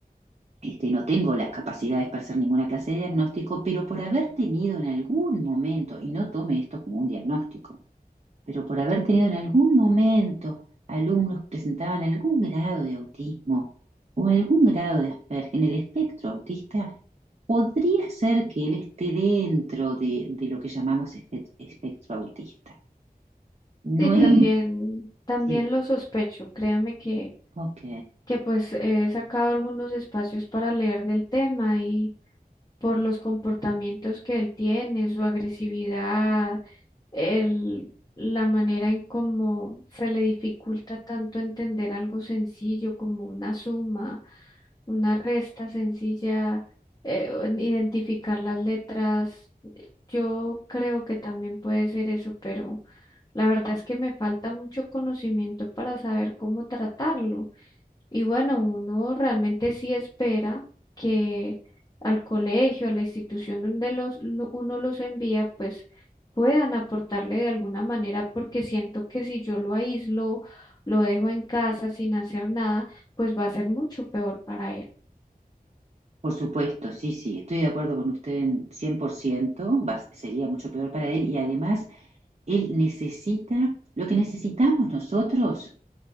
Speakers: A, on the right; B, on the left.
A: este, no tengo las capacidades para hacer ninguna clase de diagnóstico, pero por haber tenido en algún momento, y no tome esto como un diagnóstico, pero por haber tenido en algún momento alumnos que presentaban algún grado de autismo o algún grado de Asperger en el espectro autista, podría ser que él esté dentro de, de lo que llamamos espe- espectro autista. No
B: Sí, también,
A: es... <laughs>
B: también
A: Sí. Sí,
B: lo sospecho. Créame que,
A: ok.
B: que pues he sacado algunos espacios para leer del tema y por los comportamientos que él tiene, su agresividad, el, la manera en cómo se le dificulta tanto entender algo sencillo como una suma, una resta sencilla, eh, o- identificar las letras yo creo que también puede ser eso, pero la verdad es que me falta mucho conocimiento para saber cómo tratarlo. Y bueno, uno realmente sí espera que al colegio, a la institución donde los, lo- uno los envía, pues puedan aportarle de alguna manera, porque siento que si yo lo aíslo, lo dejo en casa sin hacer nada, pues va a ser mucho peor para él.
A: Por supuesto, sí, sí, estoy de acuerdo con usted en 100%, va- sería mucho peor para él y además él necesita lo que necesitamos nosotros,